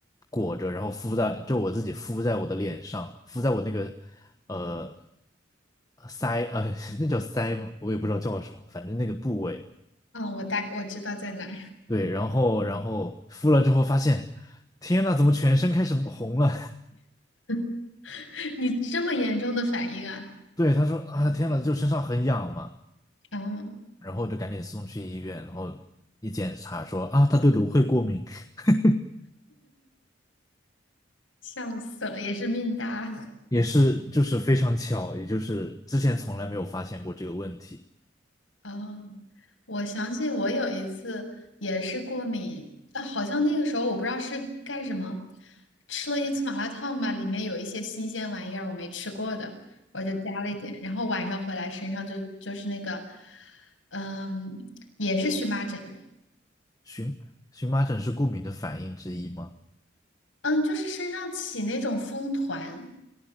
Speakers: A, on the left (about 20°); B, on the left (about 85°).
A: 裹着，然后敷在，就我自己敷在我的脸上，敷在我那个呃腮呃 <laughs> 那叫腮吗？我也不知道叫什么，反正那个部位。
B: 嗯，我大我知道在哪儿。
A: 对，然后然后敷了之后发现，天呐，怎么全身开始红了？
B: <laughs> 你这么严重的反应啊？
A: <laughs> 对，他说啊，天呐，就身上很痒嘛，
B: 嗯，
A: 然后就赶紧送去医院，然后一检查说啊，他对芦荟过敏。<laughs>
B: 笑死了，也是命大。<laughs>
A: 也是就是非常巧，也就是之前从来没有发现过这个问题。
B: 哦，我想起我有一次也是过敏，啊，好像那个时候我不知道是干什么，吃了一次麻辣烫吧，里面有一些新鲜玩意儿我没吃过的，我就加了一点，然后晚上回来身上就就是那个，嗯，也是荨麻疹，
A: 荨荨麻疹是过敏的反应之一吗？
B: 嗯，就是身上起那种风团，